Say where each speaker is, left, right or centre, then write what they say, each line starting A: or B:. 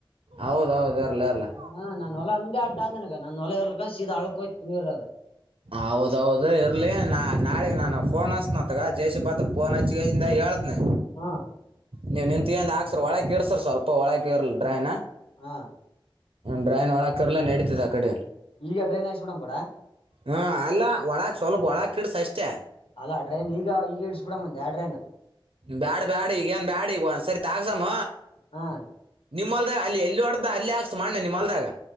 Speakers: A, on the right; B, on the left.
A: ಹೌದೌದು. ಇರ್ಲಿ ಇರ್ಲಿ
B: ಹಾ ನಾನನ್ ಹೊಲ ಅಂದೇ ಅಡ್ಡ ಅಂದನಗ ನಾನನ್ ಹೊಲ ಇರ್ಲಕ್ಕ ಸೀದ ಹಳಕ್ಕೋಯ್ತ ನಿರ್ ಅದು.
A: ಹೌದೌದು ಇರ್ಲಿ ನಾ ನಾಳೆಗ್ ನಾನು ಫೋನ್ ಹಚ್ನತ್ಗ ಜೈ ಸಿಬಿ ಪಾತ್ಕ್ ಯನ್ ಹಚ್ಗ. ಇ ಹೇಳ್ತನೆ
B: ಹಾ
A: ನೀವು ನಿಂತಗಂದ್ದ ಹಾಕ್ಸರ್ ಒಳಗೆ ಇರ್ಸರ್ ಸ್ವಲ್ಪ ಒಳಗೆ ಇರಲಿ ಡ್ರೈನ.
B: ಹಾ.
A: ಡ್ರೈನ್ ಒಳಕೀರ್ಲಿ ನಡತದ ಆ ಕಡೆ.
B: ಈಗ ಡ್ರೈನ್ ಹಾಕಿಸಿ ಬುಡಮ್ ಗೋಡ.
A: ಹಾ ಅಲ್ಲ ಒಳಕ್ ಸ್ವಲ್ಪ ಒಳಕ್ ಇಡಸ ಅಷ್ಟೇ.
B: ಅಲ್ಲ ಡ್ರೈನ್ ಈಗ ಈಗ ಇಡ್ಸ್ಬಿಡ ಅಂದೆ ಆ ಡ್ರೈನ್.
A: ಬ್ಯಾಡ ಬ್ಯಾಡ ಈಗ ಏನ್ ಬ್ಯಾಡ್ ಈಗ ಒಂದ್ ಸರ್ತಿ ಹಾಕ್ಸಮ
B: ಹಾ
A: ನಿಮ್ಮಲ್ದಾಗ ಅಲ್ಲಿ ಎಲ್ಲಿ. ಇಲ್ಲಿ ಹೊಡೆದ ಅಲ್ಲಿ ಹಾಕ್ಸು ಮಣ್ಣು ನಿಮಲ್ದಾಗ.